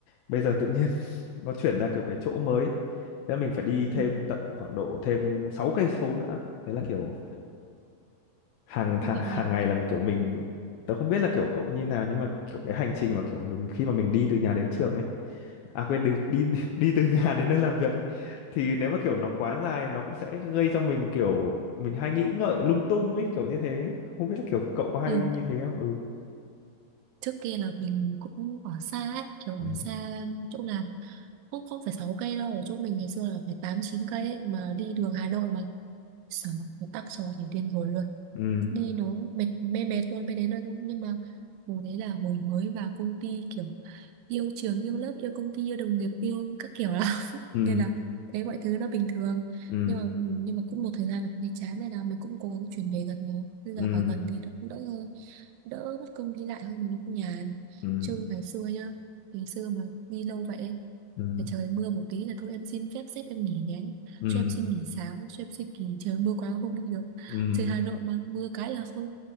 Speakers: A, on the left; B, on the right.
A: bây giờ tự nhiên <laughs> nó chuyển ra kiểu cái chỗ mới thế là mình phải đi thêm
B: Ừ.
A: tận khoảng độ thêm 6 cây số nữa thế là kiểu hàng
B: công
A: tha-
B: nhận
A: hàng
B: nhỉ
A: ngày là kiểu mình tớ không biết là kiểu cậu như nào nhưng mà kiểu cái hành trình mà kiểu mình khi mà mình đi từ nhà đến trường ấy à quên đi đi đi <laughs> từ nhà đến nơi làm việc ấy thì nếu mà kiểu nó quá dài nó cũng sẽ gây cho mình kiểu mình hay nghĩ ngợi lung tung ấy kiểu như thế không biết là kiểu cậu có hay
B: ừ.
A: như thế không ừ
B: trước kia là mình cũng ở xa ấy, kiểu
A: ừ
B: ở xa chỗ làm cũng không phải 6 cây đâu ở chỗ mình ngày xưa là phải 8 9 cây ấy, mà đi đường Hà Nội mà sợ nó tắc cho thành điên hồi luôn
A: ừ
B: đi nó mệt mê mệt luôn mới đến nơi thôi nhưng mà hồi đấy là hồi mới vào công ty kiểu yêu trường yêu lớp yêu công ty yêu đồng nghiệp yêu các kiểu lắm
A: ừ
B: nên là đấy mọi thứ nó bình thường
A: ừ
B: nhưng mà nhưng mà cũng một thời gian là cũng thấy chán nên là mình cũng cố gắng chuyển về gần rồi bây
A: ừ
B: giờ ở gần thì nó cũng đỡ hơn đỡ mất công đi lại hơn nó cũng nhàn
A: ừ
B: chứ ngày xưa nhá ngày xưa mà đi lâu vậy
A: ừ
B: để trời mưa một tí là thôi em xin phép sếp em nghỉ nhé
A: ừ
B: cho em xin nghỉ sáng cho em xin nghỉ trời mưa quá không đi được
A: ừ ừ
B: trời Hà
A: ừ
B: Nội mà mưa cái là thôi